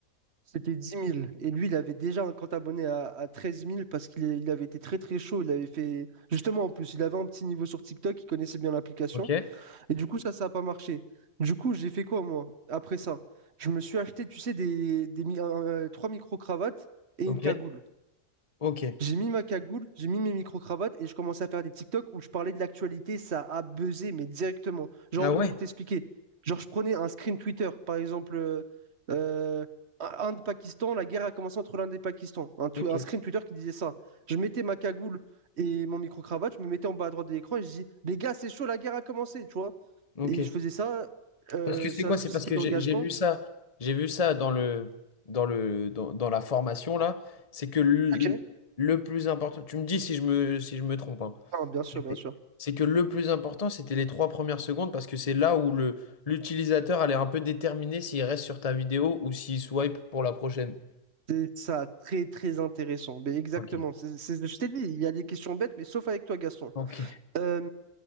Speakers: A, on the right; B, on the left.
A: C'était dix mille Et lui, il avait déjà un compte abonné à, à 13 000 parce qu'il est- il avait été très très chaud. Il avait fait. Justement, en plus, il avait un petit niveau sur TikTok, il connaissait bien l'application.
B: Ok.
A: Et du coup, ça, ça n'a pas marché. Du coup, j'ai fait quoi, moi, après ça? Je me suis acheté, tu sais, des, des mi- un- un- trois micro-cravates et
B: Ok.
A: une cagoule.
B: Ok.
A: J'ai mis ma cagoule, j'ai mis mes micro-cravates et je commençais à faire des TikTok où je parlais de l'actualité, ça a buzzé, mais directement. Genre,
B: Ah
A: en gros,
B: ouais?
A: pour t'expliquer, genre, je prenais un screen Twitter, par exemple, euh, euh, Inde-Pakistan, la guerre a commencé entre l'Inde et le Pakistan. Un, tw-
B: Ok.
A: un screen Twitter qui disait ça. Je mettais ma cagoule et mon micro-cravate, je me mettais en bas à droite de l'écran et je dis, les gars, c'est chaud, la guerre a commencé, tu vois.
B: Ok.
A: Et je faisais ça, euh,
B: Parce que c'est
A: ça
B: quoi?
A: suscitait
B: C'est parce que
A: de
B: j'ai
A: l'engagement.
B: j'ai vu ça, j'ai vu ça dans le, dans le, dans, dans la formation là. C'est que le,
A: Ok.
B: le plus important, tu me dis si je me, si je me trompe, hein.
A: Ah, bien sûr, bien
B: C'est
A: sûr.
B: c'est que le plus important, c'était les trois premières secondes parce que c'est là où le, l'utilisateur allait un peu déterminer s'il reste sur ta vidéo ou s'il swipe pour la prochaine.
A: C'est ça, très très intéressant. Mais exactement.
B: Ok.
A: c'est- c'est- je t'ai dit, il y a des questions bêtes, mais sauf avec toi, Gaston.
B: Ok,
A: Euh,